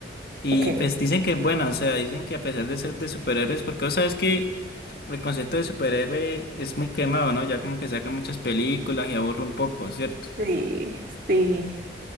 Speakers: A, on the left; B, on the right.
A: Y
B: Ok,
A: pues dicen que es buena, o sea, dicen que a pesar de ser de superhéroes, porque vos sabes que el concepto de superhéroe es muy quemado, ¿no? Ya como que sacan muchas películas y aburre un poco, ¿cierto?
B: sí, sí,